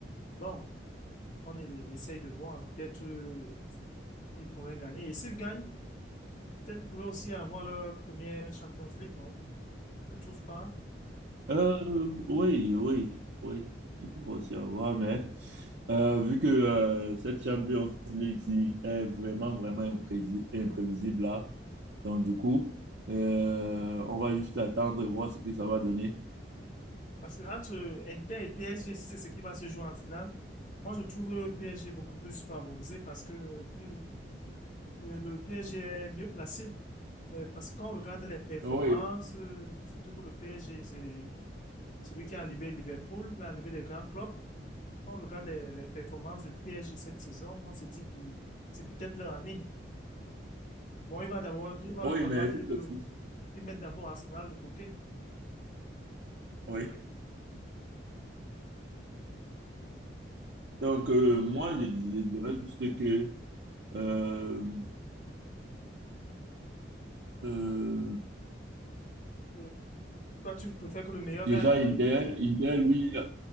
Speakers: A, on the left (about 45°); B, on the right (about 70°).
A: Bon, on e- essaye de voir. Peut-être euh, ils pourraient gagner. Et s'ils gagnent, peut-être qu'ils pourraient aussi avoir leur première Champions League, non? Je ne trouve pas.
B: Euh, oui, oui, oui, il peut aussi avoir, mais euh, vu que euh, cette Champions League ci est vraiment, vraiment imprési- imprévisible là, donc du coup, euh, on va juste attendre et voir ce que ça va donner.
A: Parce que entre Inter et PSG, si c'est ce qui va se jouer en finale, moi je trouve euh, PSG beaucoup plus favorisé parce que euh, plus- le le PSG est mieux placé. Euh, Parce que quand on regarde les performances,
B: Oui.
A: euh, surtout que le PSG, c'est celui qui a enlevé Liverpool, l'a enlevé les grands clubs. Quand on regarde les, les performances du PSG cette saison, on se dit que c'est peut-être leur année. Bon, il va d'abord, il va
B: Oui,
A: Oui, falloir
B: mais
A: mais
B: effectivement,
A: qu'ils le- qu'ils mettent d'abord Arsenal de côté.
B: oui.
A: oui.
B: Donc,
A: Donc,
B: euh,
A: euh,
B: moi,
A: moi,
B: je, je
A: je je
B: dirais
A: dirais
B: juste
A: que
B: que euh, euh,
A: euh, Toi, tu préfères que le meilleur
B: déjà,
A: Il gagne.
B: Inter,
A: doit, il doit,
B: Inter,
A: il doit,
B: lui,
A: oui.